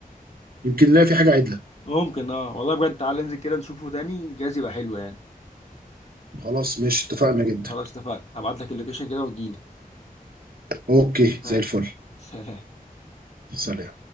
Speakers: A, on the right (about 75°); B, on the left (about 45°).
A: يمكن نلاقي في حاجه عدله
B: ممكن اه والله بجد تعالى ننزل كده نشوفه تاني جايز يبقى حلو يعني
A: خلاص ماشي اتفقنا جدا
B: خلاص اتفقنا هبعت لك اللوكيشن كده وتجيلي
A: اوكي زي
B: ماشي
A: الفل
B: سلام
A: سلام